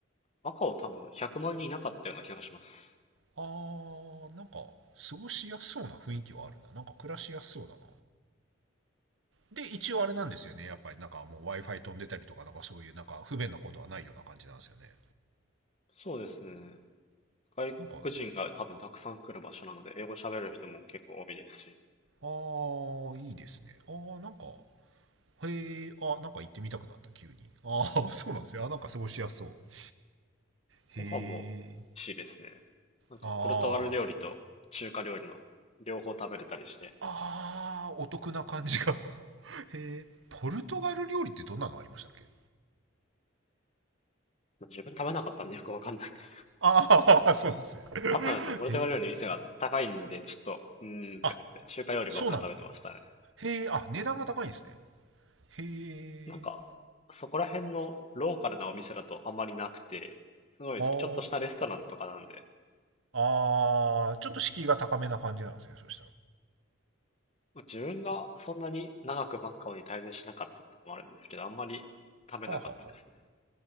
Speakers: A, on the left (about 35°); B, on the right (about 70°).
A: マカオ多分100万人いなかったような気がします。
B: あー、なんか過ごしやすそうな雰囲気はあるな。なんか暮らしやすそうだな。で、一応あれなんですよね。やっぱりなんかもう Wi-Fi 飛んでたりとか、なんかそういうなんか不便なことはないような感じなんですよね。
A: そうですね。外国人が多分たくさん来る場所なので、
B: なんか、あ
A: 英語喋れる人も結構多いですし、
B: ー、いいですね。あー、なんか、へー、あー、なんか行ってみたくなった、急に。あー、<laughs> そうなんですよ。あー、なんか過ごしやすそう。へ
A: ご飯も美味しいですね。
B: ー、
A: なんか、
B: あ
A: ポルトガル料理と中華料理の両方食べれたりして、
B: ー、あー、お得な感じが。<laughs> へー、ポルトガル料理ってどんなのありましたっけ
A: 自分食べなかったんでよくわかんないです。
B: あー、<laughs> そうなんですね。
A: あったんですよ。ポルトガル料理の店が高いんで、
B: へー、
A: ちょっと、うーんって思って、
B: あ、
A: 中華料理ばっか食べてましたね。
B: そうなんだ。へー、あ、値段が高いんですね。へー、
A: なんか、そこら辺のローカルなお店だとあんまりなくて、すごい、
B: あー。
A: ちょっとしたレストランとかなんで、
B: ああ、ちょっと敷居が高めな感じなんですね、そしたら。
A: まあ自分がそんなに長くマッカオに滞在しなかったってのもあるんですけど、あんまり食べなかったですね。
B: はあはあはあ。